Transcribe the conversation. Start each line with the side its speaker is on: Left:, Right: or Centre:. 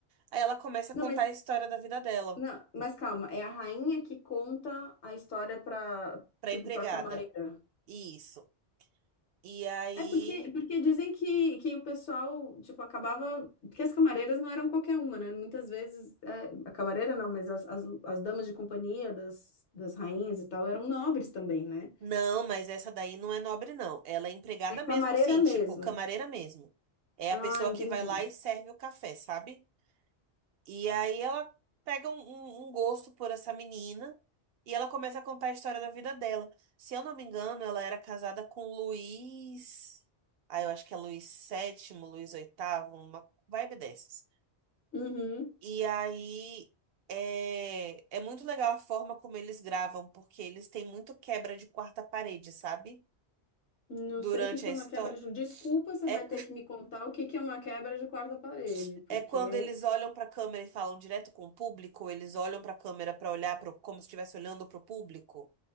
Right: Aí ela começa a
Left: Não,
Right: contar
Left: mas
Right: a história da vida dela
Left: não, mas calma, é a rainha que conta a história pra,
Right: pra
Left: tipo,
Right: empregada.
Left: pra camareira.
Right: Isso. E aí.
Left: É porque, porque dizem que, que o pessoal, tipo, acabava. Porque as camareiras não eram qualquer uma, né? Muitas vezes, é, a camareira não, mas as, as, as damas de companhia das, das rainhas e tal eram nobres também, né?
Right: Não, mas essa daí não é nobre, não. Ela é empregada
Left: É camareira
Right: mesmo, assim,
Left: mesmo.
Right: tipo, camareira mesmo. É
Left: Ah,
Right: a pessoa
Left: entendi.
Right: que vai lá e serve o café, sabe? E aí ela pega um, um- um gosto por essa menina e ela começa a contar a história da vida dela. Se eu não me engano, ela era casada com Luiz. Ah, eu acho que é Luiz VII, Luiz VIII, uma vibe dessas.
Left: Uhum.
Right: E aí é, é muito legal a forma como eles gravam, porque eles têm muito quebra de quarta parede, sabe?
Left: Não
Right: Durante
Left: sei o que que
Right: a
Left: é
Right: história.
Left: uma quebra de. um. Desculpa, você
Right: É,
Left: vai ter que me contar o que que é uma quebra de quarta parede,
Right: <laughs>
Left: porque.
Right: é quando eles olham pra câmera e falam direto com o público, ou eles olham pra câmera pra olhar pro, como se estivesse olhando pro público.